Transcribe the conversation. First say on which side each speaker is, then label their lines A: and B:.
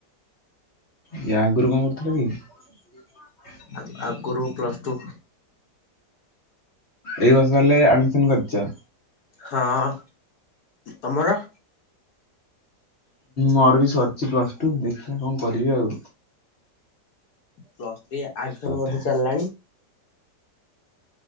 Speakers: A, on the left; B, on the left.
A: ୟା ଆଗୁରୁ କ କରୁଥିଲ କି? <inaudible>
B: ଆ ଆଗୁରୁ ପ୍ଲସ ଟୁ
A: ଏଇ ବର୍ଷ ହେଲେ ଆଡମିସନ କରିଚ।
B: ହଁ ତମର।
A: ମୋର ବି ସରିଛି ପ୍ଲସ ଟୁ ଦେଖିବା କଣ କରିବି ଆଉ।
B: ପ୍ଲସ ଥ୍ରୀ ଆଡମିସନ
A: କଥା
B: ବୋଧେ ଚାଲ୍ଲାଣି।